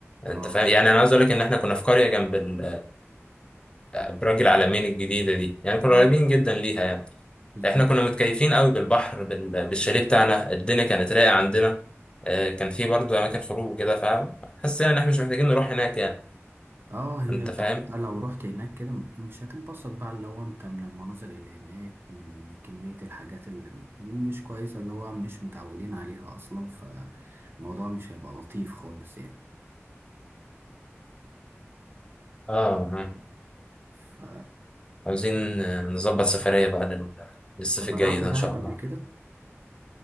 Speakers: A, on the left (about 20°); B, on the right (about 50°).
A: انت
B: اه
A: فاهم يعني انا عايز اقول لك ان احنا كنا في قريه جنب ال- آه، برج العلمين الجديده دي يعني كنا
B: اه
A: قريبين جدا ليها يعني
B: بالظبط
A: احنا كنا متكيفين قوي بالبحر بال- بالشاليه بتاعنا الدنيا كانت رايقه عندنا آه، كان في برضو اماكن خروج وكده فحسينا ان احنا مش محتاجين نروح هناك يعني
B: اه هي
A: انت فاهم
B: حتى لو رحت هناك كده م- مش هتنبسط بقى اللي هو انت من المناظر اللي هناك من كمية الحاجات اللي م- مش كويسة اللي هو مش متعودين عليها اصلا فالموضوع مش هيبقى لطيف خالص يعني
A: اه آه.
B: ف
A: عاوزين آه، نظبط سفريه بقى لل- للصيف
B: انت طلعت
A: الجاي ده
B: دهب
A: ان شاء الله
B: قبل كده